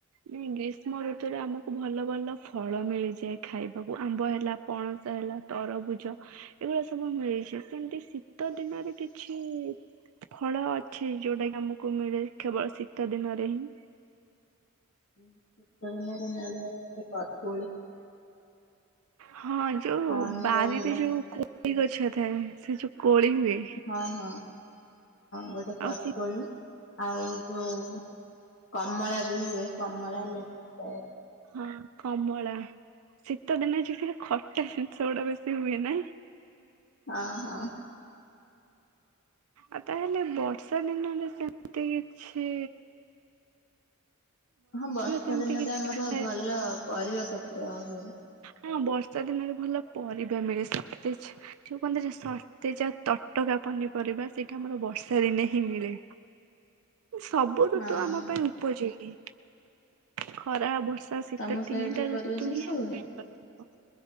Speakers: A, on the right (about 85°); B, on the left (about 65°).
A: ନାଇଁ ଗ୍ରୀଷ୍ମ ଋତୁରେ ଆମକୁ ଭଲ ଭଲ ଫଳ ମିଳିଯାଏ ଖାଇବାକୁ, ଆମ୍ବ ହେଲା ପଣସ ହେଲା, ତରଭୁଜ, ଏଗୁରା ସବୁ ମିଳିଛି, ସେମିତି ଶୀତ ଦିନରେ କି କିଛି ଫଳ ଅଛି ଯୋଉଟା କି ଆମକୁ ମିଳେ କେବଳ ଶୀତ ଦିନରେ ହିଁ।
B: <unintelligible> ଶୀତ ଦିନରେ ମିଳେ <unintelligible> ବରକୋଳି
A: ହଁ ଯୋଉ
B: ଆଉ
A: ବାରିରେ
B: ର ହେଲା
A: ଯୋଉ କୋ କୋଳି ଗଛ ଥାଏ, ସେ ଯୋଉ କୋଳି ହୁଏ
B: ଅହ ହଁ, ଗୋଟେ ବରକୋଳି
A: ଆଉ ଶୀ
B: ଆଉ ଯୋଉ, କମଳା ବି ହୁଏ, କମଳା ଲେମ୍ବୁ ବାଇରେ
A: ହଁ କମଳା, ଶୀତ ଦିନେ ଯଉ ସେ ଖଟା ଜିନିଷ ଗୁଡା ବେଶୀ ହୁଏ ନାହିଁ?
B: ଅ ହ।
A: ଆଉ ତାହେଲେ ବର୍ଷା ଦିନରେ ସେମତି କିଛି
B: ହଁ ବର୍ଷା
A: ସେମିତି
B: ଦିନରେ
A: କିଛି
B: ଆମର
A: ଥାଏ
B: ଭଲ ପରିବା ପତ୍ର ହୁଏ।
A: ହଁ ବର୍ଷା ଦିନରେ ଭଲ ପରିବା ମିଳେ, ସତେଜ ଯଉ କହନ୍ତି ଯେ, ସତେଜ ଆଉ ତଟକା ପନିପରିବା, ସେଇଟା ଆମର ବର୍ଷା ଦିନେ ହିଁ ମିଳେ।
B: <inaudible>
A: ସବୁ ଋତୁ
B: ହଁ
A: ଆମ ପାଇଁ ଉପଯୋଗୀ ଖରା, ବର୍ଷା ଶୀତ
B: ତମ ସାଇଡ
A: ତିନିଟା
B: ରେ ପରିବା
A: ଋତୁ
B: ଚାଷ
A: ହିଁ ଆମ
B: ହୁଏ?
A: ପାଇଁ ଆବତ୍ୟକ।